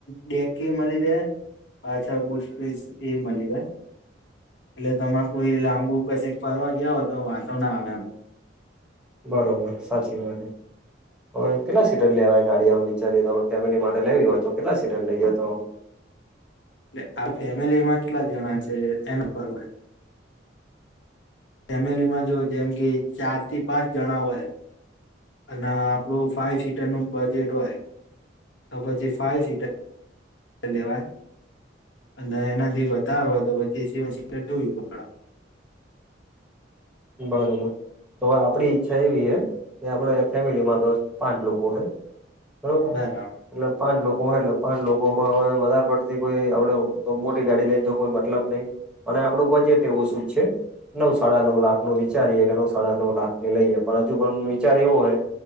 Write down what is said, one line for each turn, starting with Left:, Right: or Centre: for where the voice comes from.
Left: બેેક એ મલી રે પાછળ બઉ સ્પેસ એ મલી રે એટલે તમારે કોઈ લાંબુ પછી ફરવા ગયા હો તો વાંંધો ના આવે એમ.
Centre: બરોબર. સાચી વાત હે. હવે કેટલા સીટર લેવાય? ગાડી આમ વિચારીએ તો આપ ફેમિલી માટે લેવી હોઈ તો કેટલા સીટર લઈએ તો આમ?
Left: એટલે આ ફેમિલીમાં કેટલા જણા છે? એના પર હોય. ફેમિલીમાં જો જેમકે
Centre: બરોબર
Left: ચાર થી પાંચ જણા હોય. અને આપણું ફાઈવ સીટરનું બજેટ હોય. તો પછી ફાઈવ સીટર લેવાય. અને એનાથી વધ વધારે હોય તો, પછી સેવન સીટર જોવી પડ
Centre: બરોબર. તો આપડી ઈચ્છા એવી હૈ. કે આપડે ફેમિલીમાં તો પાંચ લોકો હે. બરોબર.
Left: બરાબર.
Centre: એટલે પાંચ લોકો હોય. એટલે પાંચ લોકોમાં હવે વધારે પડતી કોઈ આપડે મોટી ગાડી લઈને તો કોઈ મતલબ નઈ. અને આપણું બજેટ એ ઓછું જ છે. નવ સાડા નવ લાખ નો વિચારીએ કે નવ સાડા નવ લાખ ને લઈએ. પણ હજુ પણ વિચાર એવો હે